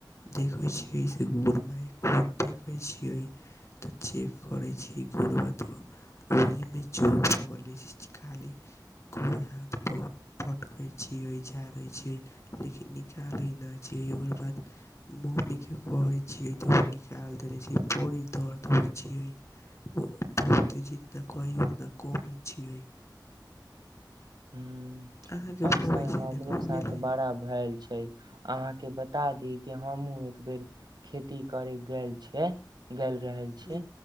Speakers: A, on the left; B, on the right.
A: देखे छिये से <unintelligible> देखै छिये तऽ चेक करै छी, ओकर बाद त ओहि मे <unintelligible> धो लै छी। खाली गोर हाथ पर पटकै छियै, झाड़ै छी, लेकिन निकालै नै छियै, ओकर बाद मम्मी के कहै छियै तऽ उ निकाल देले छी, बड़ी दर्द होय छीये, ओ बहुते जितना कही उतना कमे छियै।
B: ह्म्म
A: अहाँके बताबै
B: ऐसे
A: छी
B: हमरो
A: ने कभी
B: साथ
A: भेलै
B: बड़ा भेएल छै। अहाँ के बता दी क हमहुूं एक बेर खेती करे गेल छ ग। रहल
A: हूँ
B: छै